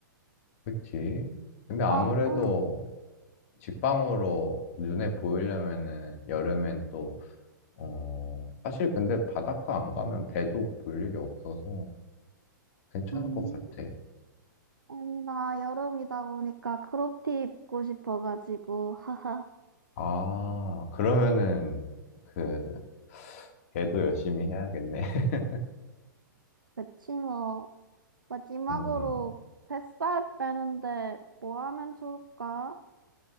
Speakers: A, on the left; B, on the right.
A: 그치? 근데 아무래도
B: 아, 음.
A: 직방으로 눈에 보이려면은 여름엔 또, 어, 사실 근데 바닷가 안 가면 배도 볼 일이 없어서 괜찮을
B: 음,
A: 것 같아.
B: 아니, 나 여름이다 보니까 크롭티 입고 싶어가지고, 하하.
A: 아, 그러면은 그 배도 열심히 해야겠네. <laughs>
B: 그치, 뭐. 마지막으로
A: 음,
B: 뱃살 빼는데 뭐 하면 좋을까?